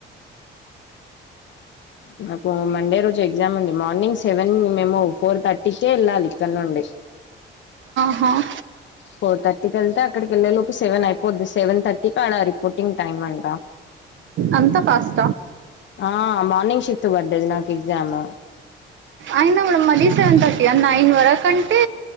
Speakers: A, on the left; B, on the right.
A: నాకు మండే రోజు ఎగ్జామ్ ఉంది మార్నింగ్ సెవెన్ మేము ఫోర్ థర్టీకే వెళ్ళాలి ఇక్కడ నుండి
B: హ
A: ఫోర్ థర్టీకి వెళ్తే అక్కడికి వెళ్ళే లోపు సెవెన్ అయిపోద్ది సెవెన్ థర్టీకి అడ రిపోర్టింగ్ టైమ్ అంట
B: అంత ఫాస్
A: ఆ మార్నింగ్ షిఫ్ట్ పడ్డది నాకు ఎగ్జామ్
B: అయినా కూడా మరీ సెవెన్ థర్టీ అ నైన్ వరకు అంటే